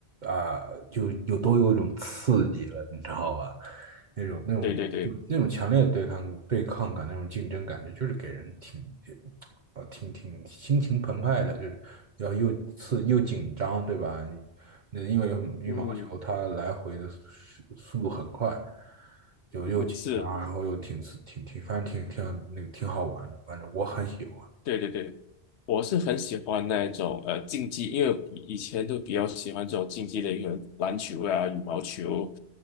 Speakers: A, on the right; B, on the left.
A: 啊、就有都有一种刺激了，你知道吧？那种那种就那种强烈的对抗对抗感，
B: 对对对，
A: 那种竞争感觉，就是给人挺啊，挺挺心情澎湃的，就是要又刺又紧张，对吧？你那因为羽毛球它来回的速
B: 嗯。
A: 速度很快，就又紧张，
B: 嗯，是，
A: 然后又挺刺挺挺，反正挺挺那个挺好玩的，反正我很喜欢。
B: 对对对，我是很喜欢那一种呃竞技，因为以前都比较喜欢这种竞技类，可能篮球啊、羽毛球，